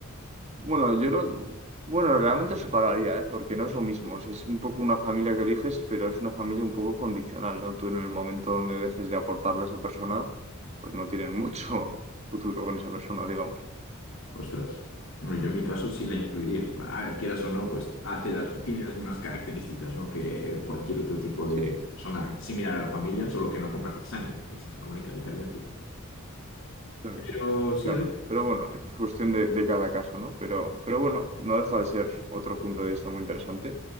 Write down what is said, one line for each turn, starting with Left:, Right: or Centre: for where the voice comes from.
Right: bueno, yo lo, bueno, realmente os separaría, ¿eh? Porque no es lo mismo. O sea, es un poco una familia que eliges, pero es una familia un poco condicional, ¿no? Tú en el momento donde dejes de aportarle a esa persona, pues no tienen <laughs> mucho futuro con esa persona, digamos.
Left: Ostras. Bueno, yo en mi caso sí la incluiría. Bueno, a ver, quieras o no, pues hace las- tiene las mismas características, ¿no? que cualquier otro tipo
Right: Sí,
Left: de persona
Right: sí,
Left: similar a la familia, solo que no comparte sangre. Esa es la única diferencia.
Right: claro,
Left: Pero sí,
Right: claro.
Left: oye,
Right: Pero bueno, es cuestión de, de cada caso, ¿no? Pero, pero bueno, no deja de ser otro punto de vista muy interesante